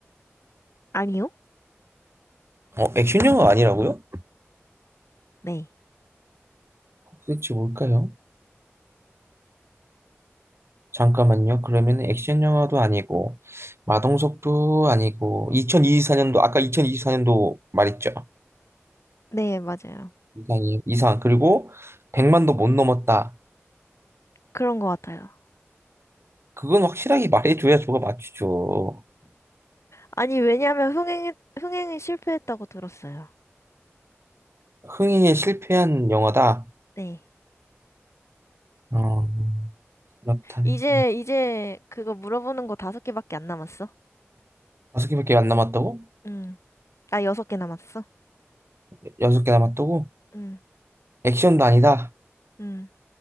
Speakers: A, on the left; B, on the right.
A: 아니요?
B: 어, 액션 영화가 아니라고요?
A: 네.
B: 도대체 뭘까요? 잠깐만요. 그러면 액션 영화도 아니고, 마동석도 아니고, 2024년도, 아까 2024년도 말했죠.
A: 네, 맞아요.
B: 이상이에요. 이상. 그리고 백만도 못 넘었다.
A: 그런 것 같아요.
B: 그건 확실하게 말해줘야 저가 맞추죠.
A: 아니, 왜냐면 흥행, 흥행에 실패했다고 들었어요.
B: 흥행에 실패한 영화다.
A: 네.
B: 어, 그렇다면
A: 이제, 이제 그거 물어보는 거 다섯 개밖에 안 남았어.
B: 다섯 개밖에 안 남았다고?
A: 음. 나 여섯 개 남았어.
B: 여- 여섯 개 남았다고?
A: 음,
B: 액션도 아니다.
A: 음.